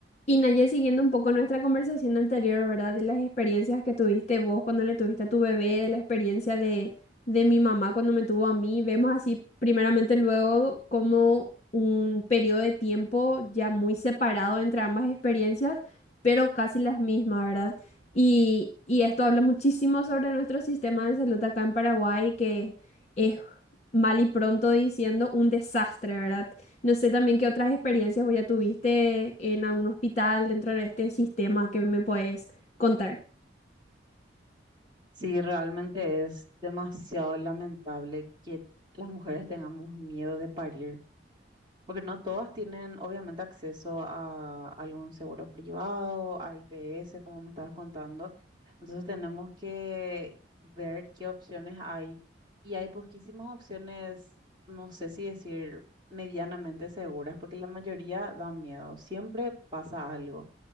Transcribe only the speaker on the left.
Y Naye, siguiendo un poco nuestra conversación anterior, ¿verdad? De las experiencias que tuviste vos cuando le tuviste a tu bebé, de la experiencia de, de mi mamá cuando me tuvo a mí, vemos así primeramente luego como un periodo de tiempo ya muy separado entre ambas experiencias, pero casi las mismas, ¿verdad? Y, y esto habla muchísimo sobre nuestro sistema de salud acá en Paraguay, que es mal y pronto diciendo un desastre, ¿verdad? No sé también qué otras experiencias o ya tuviste en algún hospital dentro de este sistema que me puedes contar.